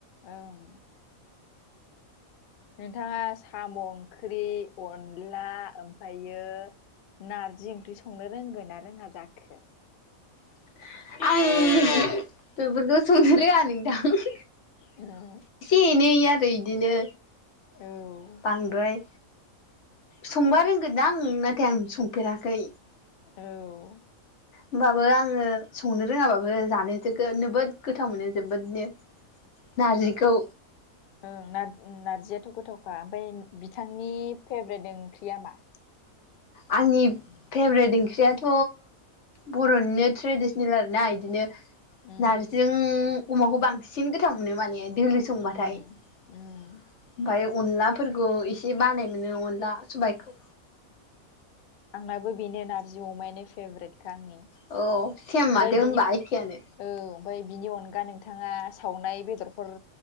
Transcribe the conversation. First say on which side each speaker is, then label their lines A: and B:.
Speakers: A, on the left; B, on the left.
A: ओं नोंथाङा साम' ओंख्रि अनला ओमफायो नारजि ओंख्रि संनो रोंगोना रोङा जाखो?
B: <unintelligible>
A: औ
B: बेफोरखौ संनो रोङा नोंथां।
A: औ।
B: एसे एनै आरो इदिनो।
A: औ ओं
B: बांद्राय संबा रोंगोन। दा आं नाथाय आं संफेराखै।
A: औ।
B: होमबाबो आङो संनो रोङाबाबो जानो जोबोद गोथाव मोनो जोबोदनो। नारजिखौ।
A: ओं नारजियाथ' गोथावखा ओमफ्राय बिथांनि फेब्रेट ओंख्रिया मा?
B: आंनि फेब्रेट ओंख्रियाथ'। बर'निनो ट्रेडिसनेल आरोना बिदिनो।
A: उम
B: नारजि अमाखौ बांसिन गोथाव मोनो माने। दोलो संबाथाय
A: उम
B: ओमफ्राय।
A: उम
B: अनलाफोरखौ एसे बानाय मोनो अनला सबायखौ।
A: आंनाबो बेनो नारजि अमानो फेब्रेट। ओमफाय‌
B: औ सेम माथो
A: बेनि
B: होनबा
A: औ
B: एखेयानो
A: ओमफ्राय बिनि अनगा नोंथाङा सावनाय बेदरफोर